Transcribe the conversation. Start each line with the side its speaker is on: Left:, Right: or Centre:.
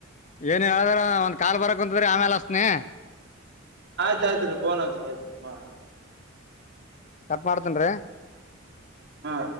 Left: ಏನ್ ಹೇಳದ್ರ ಒಂದ್ ಕಾಲ್ ಬರಕ್ ಕುಂತ್ರಿ ಆಮೇಲ್ ಅಸ್ನಿ.
Right: ಆಯ್ತ ಆಯ್ತ್ರಿ ಫೋನ್ ಆತ್ ಆಯ್ತ್ ಮಾಡ.
Left: ಮಾಡ್ತೇನ್ರೀ.
Right: ಹಾ.